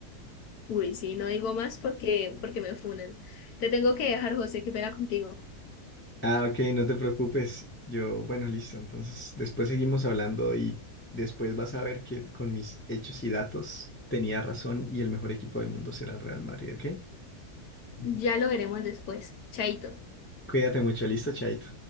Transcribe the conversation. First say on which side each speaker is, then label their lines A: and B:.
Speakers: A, on the left; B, on the left.
A: Uy, sí, no digo más porque, porque me funan. Te tengo que dejar, José, que pena contigo.
B: Ah, ok, no te preocupes. Yo, bueno, listo. Entonces, después seguimos hablando y después vas a ver que con mis hechos y datos tenía razón y el mejor equipo del mundo será el Real Madrid, ¿ok?
A: Ya lo veremos después. Chaito.
B: Cuídate mucho, listo, Chaito.